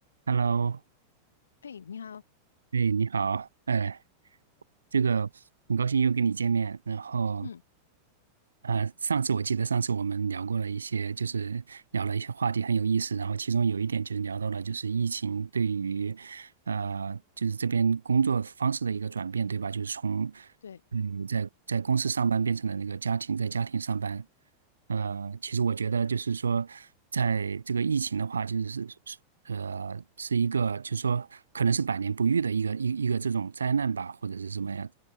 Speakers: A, on the right; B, on the left.
A: Hello，
B: 嘿，你好，
A: 哎，你好，哎，这个很高兴又跟你见面。然后，
B: 嗯，
A: 呃，上次我记得上次我们聊过了一些，就是聊了一些话题很有意思。然后其中有一点就是聊到了就是疫情对于，呃，就是这边工作方式的一个转变，对吧？就是从
B: 对，
A: 你在在公司上班变成了那个家庭，在家庭上班。呃，其实我觉得就是说，在这个疫情的话，就是是是呃是一个，就是说可能是百年不遇的一个一一个这种灾难吧，或者是什么样